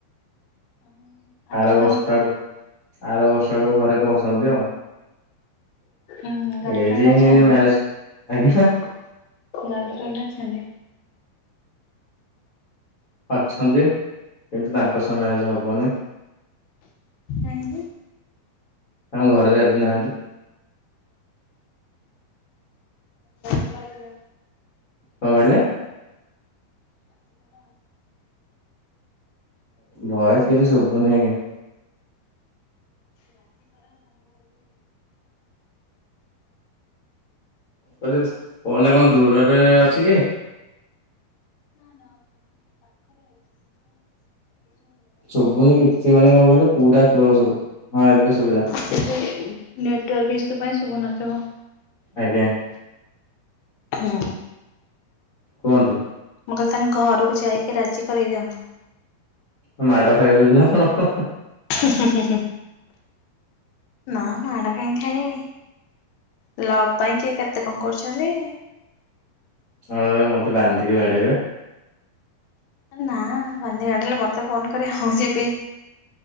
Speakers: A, on the left; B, on the left.
A: ଆଉ
B: ଆର
A: କେବେ
B: ବର୍ଷ
A: ହବ
B: ଆଡକୁ
A: ଉଁ
B: ଆର ବର୍ଷ ଆଡକୁ ଘରେ କହୁସନ୍ତି ଆଉ।
A: ଉଁ ହୁଁ ଗାର୍ଲଫ୍ରେଣ୍ଡ
B: ଏଜ ହିଁ
A: ଅଛନ୍ତି
B: ହେଇନି ମ୍ୟାରେଜ
A: ଗାର୍ଲଫ୍ରେଣ୍ଡ
B: ଆଜ୍ଞା
A: ଅଛନ୍ତି?
B: ଅଛନ୍ତି କିନ୍ତୁ ତାଙ୍କ ସହ ମ୍ୟାରେଜ ହବନି।
A: କାହିଁକି?
B: ତାଙ୍କ ଘରେ ରାଜି ନାହାନ୍ତି।
A: ରାଜି କରେଇଦିଅ?
B: କଣ କହିଲେ?
A: ରାଜି କରାଅ।
B: ଭଏସ୍ କିଛି ଶୁଭୁନି ଆଜ୍ଞା।
A: ରାଜି କରାଅ ତାଙ୍କ ଘରେ?
B: କହିଲି ଫୋନ୍ ଟା କଣ ଦୂରରେ ଅଛି କି?
A: ନା ନା ପାଖରେ ଅଛି କିନ୍ତୁ ଏଇ ଯୋଉ <inaudible>
B: ଶୁବୁନି
A: ଇସୁ
B: କିଛି
A: ପାଇଁ
B: ମାନେ କଣ କହିଲେ ପୁରା ସ୍ଲୋ ଶୁବୁ ହଁ ଏବେ ଶୁଭିଲା।
A: ସେ ଯେ ନେଟୱାର୍କ ଇସୁ ପାଇଁ ଶୁଭୁନଥିବ।
B: ଆଜ୍ଞା।
A: ହୁଁ।
B: କୁହନ୍ତୁ।
A: ମୁଁ କହିଲି ତାଙ୍କ ଘରକୁ ଯାଇକି ରାଜି କରେଇ ଦିଅନ୍ତୁ।
B: ମୁଁ ମାଡଖାଇବି ବଲି ନା କଣ?
A: ହୁଁ-ହୁଁ-ହୁଁ-ହୁଁ ନା ମାଡ଼ କାଇଁ ଖାଇବେ। ଲଭ୍ ପାଇଁ କିଏ କେତେ କଣ କରୁଚନ୍ତି।
B: ହଁ ରେ ମତେ ବାନ୍ଧିକି ବାଡେଇବେ।
A: ନା ବାନ୍ଧି କି ବାଡେଇଲେ ମତେ ଫୋନ କରିବ ମୁଁ ଯିବି।